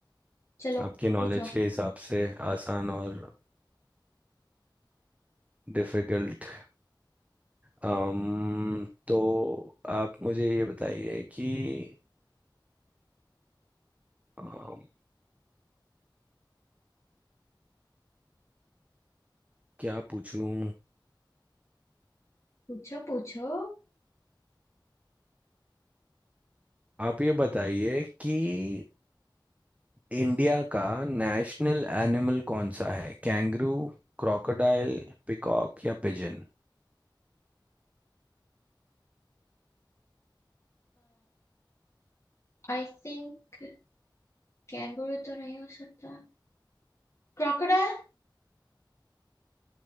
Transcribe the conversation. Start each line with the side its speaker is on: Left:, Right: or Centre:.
Left: चलो
Right: आपकी नॉलेज
Left: पूछो
Right: के हिसाब से आसान और डिफिकल्ट um, तो आप मुझे ये बताइए कि um, क्या पूछूं
Left: पूछो पूछो
Right: आप ये बताइए कि इंडिया का नेशनल एनिमल कौन सा है कैंगरू क्रोकोडाइल पिकॉक या पिजन
Left: आई थिंक कैंगरू तो नहीं हो सकता क्रोकोडाइल